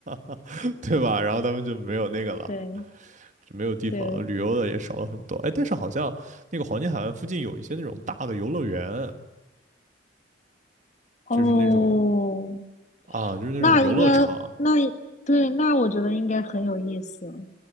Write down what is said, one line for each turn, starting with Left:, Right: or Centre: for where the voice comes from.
Right: <laughs> 对吧？然后他们就没有那个了，
Left: 对
Right: 就没有地方了旅游的也少了很多。
Left: 对，
Right: 哎，但是好像那个黄金海岸附近有一些那种大的游乐园，
Left: 哦，
Right: 就是那种啊，就是那种游乐场，
Left: 那应该那对，那我觉得应该很有意思。